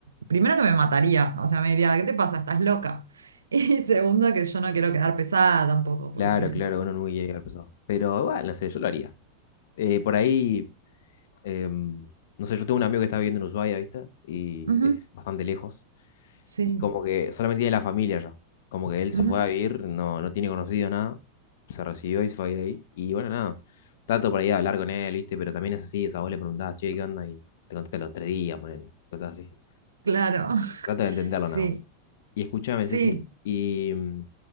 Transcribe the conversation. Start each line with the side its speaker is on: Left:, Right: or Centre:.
Right: Primero que me mataría, o sea, me diría, ¿qué te pasa? ¿Estás loca? <laughs> Y segundo que yo no quiero quedar pesada tampoco,
Left: Claro,
Right: porque...
Left: claro, uno nunca quiere llegar pesado. Pero bueno, no sé, yo lo haría. Eh, por ahí, em, no sé, yo tengo un amigo que está viviendo en Ushuaia, ¿viste? Y
Right: Ujú,
Left: es bastante lejos.
Right: Sí,
Left: Y como que solamente tiene la familia ya. Como que él
Right: ujú,
Left: se fue a vivir, no, no tiene conocidos, nada. Se recibió y se fue a vivir ahí. Y bueno, nada. Trato por ahí de hablar con él, ¿viste? Pero también es así, o sea, vos le preguntás, che, ¿qué onda? Y te contesta los tres días, ponele. Cosas así.
Right: claro,
Left: Trato
Right: <laughs>
Left: de entenderlo
Right: sí,
Left: nada más. Y escuchame,
Right: sí,
Left: Ceci. Y mm,